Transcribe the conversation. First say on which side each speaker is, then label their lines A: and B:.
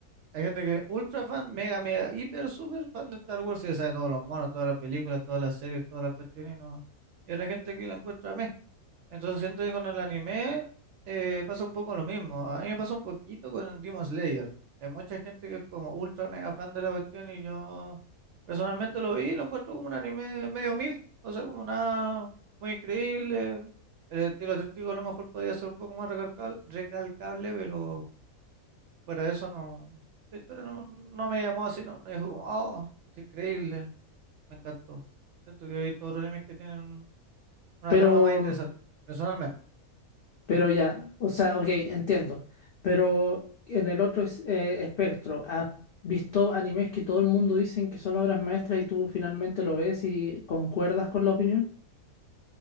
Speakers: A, on the right; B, on the left.
A: Hay gente que es ultra fan, mega, mega, hiper, super fan de Star Wars y se sabe todos los monos, todas las películas, todas las series, todas las cuestiones y no... Y otra gente que la encuentra entonces siento que con el anime eh, pasa un poco lo mismo. A mí me pasa un poquito con Demon Slayer. Hay mucha gente que es como ultra mega fan de la cuestión y yo personalmente lo vi y lo encuentro como un anime medio mid. O sea, como nada muy increíble. El estilo artístico a lo mejor podría ser un poco más recalca- recalcable, pero fuera de eso no. La historia no, no me llamó así, no, no dijo como, oh, es increíble, me encantó. Siento que he visto otros animes que tienen una
B: pero...
A: trama más interesante, personalmente.
B: Pero
A: sí.
B: ya, o sea, ok, entiendo. Pero en el otro es- eh, espectro, ¿has visto animes que todo el mundo dicen que son obras maestras y tú finalmente lo ves y concuerdas con la opinión?